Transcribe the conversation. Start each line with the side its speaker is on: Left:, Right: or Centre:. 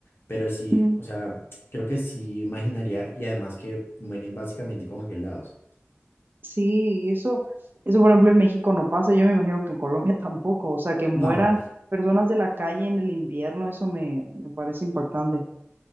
Left: Pero sí,
Right: ujú".
Left: o sea, creo que sí imaginaría y además que mueren básicamente congelados.
Right: Sí, y eso, eso por ejemplo en México no pasa, yo me imagino que en Colombia <laughs> tampoco, o sea, que mueran
Left: No,
Right: personas de la calle en el invierno, eso me, me parece impactante.